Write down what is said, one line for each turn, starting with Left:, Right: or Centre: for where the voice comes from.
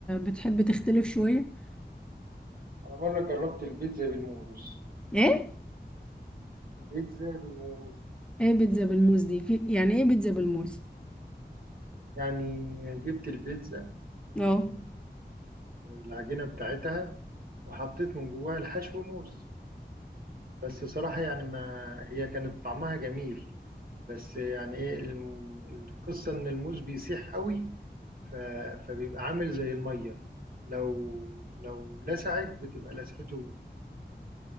Centre: بتحب تختلف شوية
Right: أنا مرة جربت البيتزا بالموز
Centre: ايه
Right: البيتزا بالموز
Centre: ايه بيتزا بالموز دي في يعني ايه بيتزا بالموز
Right: يعني جبت البيتزا
Centre: اه
Right: العجينة بتاعتها وحطيت من جواها الحشو موز بس صراحة يعني ما هي كانت طعمها جميل بس يعني ايه الم- القصة ان الموز بيسيح قوي ف... فبيبقى عامل زي المية لو لو لسعت بتبقى لسعته